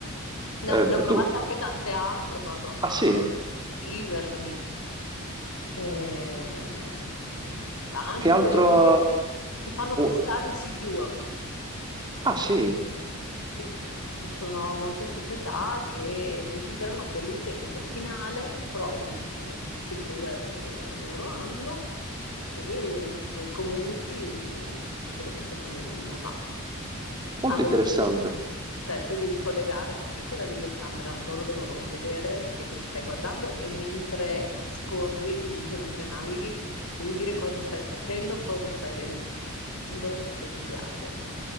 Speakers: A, on the left; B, on the right.
A: ne
B: Eh,
A: ho, ne ho provate
B: tu,
A: anche tante altre, ho provato a
B: ah sì,
A: iscrivermi, eh, ma anche
B: che altro...
A: quelli che, che fanno
B: uh,
A: testare i siti web.
B: ah sì,
A: Sì, ci sono molte società che desiderano che l'utente finale provi il sito web che loro hanno e, e comunichi tutto quello che secondo lui non va
B: molto
A: a voce.
B: interessante.
A: Cioè, ti devi collegare con la videocamera, loro devono vedere che cosa stai guardando e mentre scorri il video, mentre navighi, Devi dire cosa stai facendo, cosa stai vedendo, se ti piace.